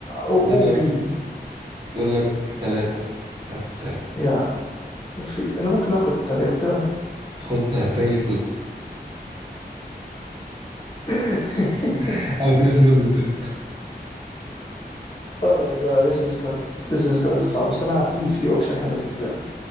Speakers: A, on the left; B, on the right.
A: او
B: فاضل
A: او بي
B: لك فاضل لك ثلاثة مركز ثلاثة
A: يا في انا ممكن اخد ثلاثة
B: خد كايلي كوزما
A: <laughs>
B: <laughs> او كريس ميدلتون
A: او ماي جاد <laughs> this is good this is good صعب بس انا في في اوبشن حلو في دماغي